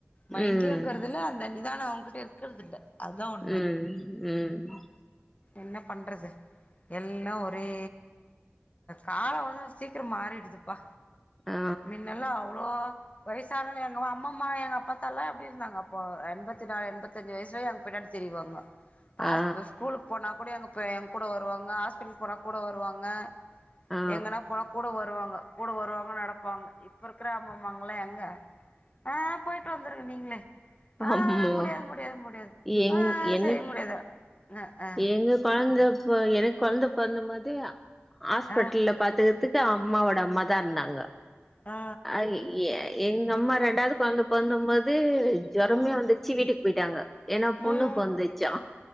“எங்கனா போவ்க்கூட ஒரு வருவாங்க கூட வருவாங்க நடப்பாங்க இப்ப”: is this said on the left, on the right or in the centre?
Left